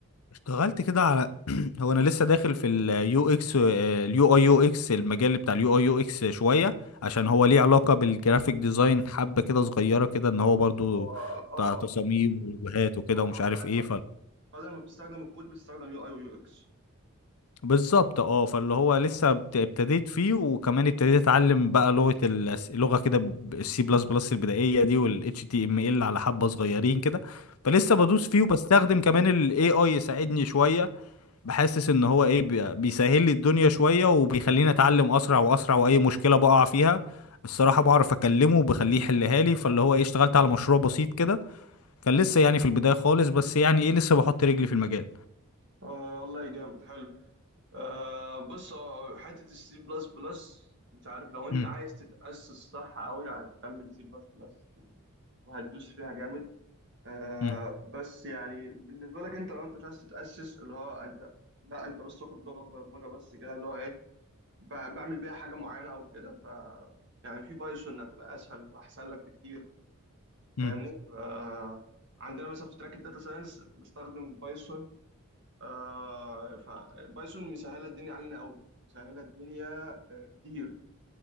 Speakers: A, on the left; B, on the right.
A: اشتغلت كده على <clears throat> هو انا لسه داخل في اليو اكس آه، اليو اي يو اكس المجال بتاع اليو اي يو اكس شويه عشان هو ليه علاقه بالجرافيك ديزاين حبه كده صغيره كده ان هو برضو
B: هو اه
A: بتاع تصاميم ولوجوهات وكده
B: هو
A: ومش عارف
B: بدل
A: ايه
B: ما
A: ف
B: بدل ما بتستخدم الكود بتستخدم يو اي ويو اكس
A: بالظبط اه فاللي هو لسه بت- ابتديت فيه وكمان ابتديت اتعلم بقى لغه ال- لغه كده السي بلس بلس البدائيه دي والاتش تي ام ال على حبه صغيرين كده فلسه بدوس فيه وبستخدم كمان الاي اي يساعدني شويه بحسس ان هو ايه بي- بيسهل لي الدنيا شوية وبيخليني اتعلم اسرع واسرع واي مشكلة بقع فيها الصراحة بعرف اكلمه وبخليه يحلها لي فاللي هو ايه اشتغلت على مشروع بسيط كده كان لسه يعني في البداية خالص بس يعني ايه لسه بحط رجلي في المجال
B: آه والله جامد حلو آه بص هو حته السي بلس بلس انت عارف لو انت
A: مم،
B: عايز تتاسس صح قوي هتكمل سي بلس بلس وهتدوس فيها جامد آه
A: مم،
B: بس يعني بالنسبه لك انت لو انت مش عايز تتاسس اللي هو انت لا انت بس واخد لغه برمجه بس كده اللي هو ايه ب- بعمل بيها حاجه معينه او كده ف يعني في بايثون هتبقى اسهل واحسن لك بكتير
A: مم،
B: فاهمني ف عندنا مثلا في تراك الداتا ساينس بستخدم بايثون آه فبايثون مسهله الدنيا علينا قوي مسهله الدنيا آه كتير